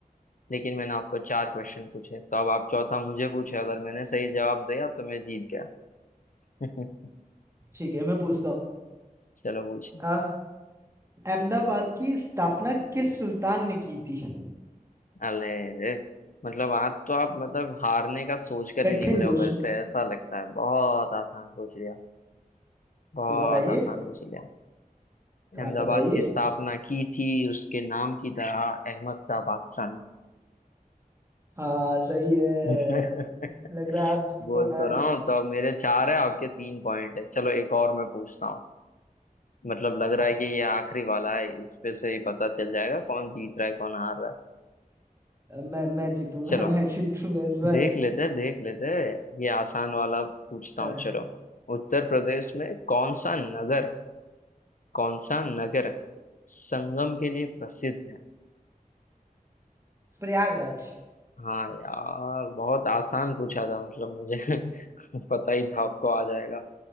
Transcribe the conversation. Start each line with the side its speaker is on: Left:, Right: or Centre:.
Left: लेकिन मैंने आपको चार क्वेश्चन पूछे तो अब आप चौथा मुझे पूछे अगर मैंने सही जवाब दिया तो मैं जीत गया <laughs>
Right: ठीक है मैं पूछता हूँ
Left: चलो पूछे
Right: अह, अहमदाबाद की स्थापना किस सुल्तान ने की थी
Left: अले रे मतलब आज तो आप मतलब हारने का सोच कर
Right: कठिन
Left: ही निकले
Right: क्वेश्चन
Left: हो घर से ऐसा लगता है बहुत आसान पूछ लिया बहुत
Right: तो बताइए
Left: आसान पूछ लिया
Right: तो
Left: अहमदाबाद
Right: आप बताइए
Left: की स्थापना की थी उसके नाम की तरह अहमद शाह बादशाह ने
Right: हाँ सही है
Left: <laughs>
Right: लग रहा है आप जीतो
Left: बोल तो
Right: आज
Left: रहा हूँ तो अब मेरे चार है आपके तीन पॉइंट है चलो एक और मैं पूछता हूँ मतलब लग रहा
Right: हाँ
Left: है कि ये आखिरी वाला है इस पे से ही पता चल जाएगा कौन जीत रहा है कौन हार रहा है
Right: अब मैं मैं जीतूंगा
Left: चलो
Right: <laughs> मैं जीतूंगा इस बार
Left: देख लेते हैं देख लेते हैं ये आसान वाला पूछता
Right: हाँ
Left: हूँ चलो उत्तर प्रदेश में कौन सा नगर कौन सा नगर संगम के लिए प्रसिद्ध है
Right: प्रयागराज
Left: हाँ यार बहुत आसान पूछा था मतलब मुझे <laughs> पता ही था आपको आ जाएगा